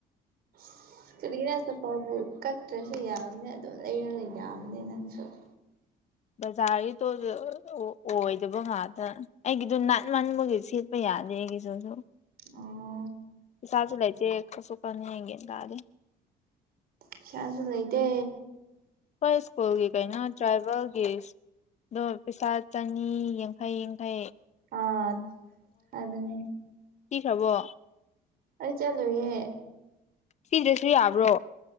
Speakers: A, on the right; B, on the left.
A: <inaudible> ꯀꯔꯤꯅ ꯑꯄꯕꯨ ꯀꯛꯇ꯭ꯔꯁꯨ ꯌꯥꯕꯅꯦ ꯑꯗꯨꯝ ꯂꯩꯔꯒ ꯌꯥꯕꯅꯦ ꯅꯪꯁꯨ ꯎ
B: ꯕꯖꯥꯔꯒꯤꯗꯣ ꯑꯣꯏꯗꯕ ꯉꯥꯛꯇ ꯑꯩꯒꯤꯗꯣ ꯅꯥꯟ ꯃꯟꯕꯨꯒꯤ ꯁꯦꯠꯄ ꯌꯥꯅꯤ ꯂꯩꯒꯤꯁꯨꯁꯨꯣ
A: ꯑꯣ
B: ꯁꯥꯆꯨ ꯂ ꯆꯦ ꯀꯁꯨ ꯀꯅꯤꯒꯦꯅ ꯀ ꯑꯦ
A: ꯄꯤꯁꯥꯁꯨ ꯂꯩ ꯂꯩꯗ
B: ꯍꯣꯏ ꯁ꯭ꯀꯨꯜꯒꯤ ꯀꯩꯅꯣ ꯇ꯭ꯔꯥꯏꯕꯦꯜꯒꯤ ꯑꯗꯣ ꯄꯩꯁꯥ ꯆꯅꯤ ꯌꯥꯡꯈꯩ ꯌꯥꯡꯈꯩ
A: ꯑꯥ ꯑꯗꯨꯅꯦ
B: ꯀ ꯍꯕꯣ
A: ꯑꯩ ꯆꯠꯂꯨꯍꯦ
B: ꯐꯤꯗ꯭ꯔꯦꯁꯨꯔꯤ ꯍꯥꯕ꯭ꯔꯣ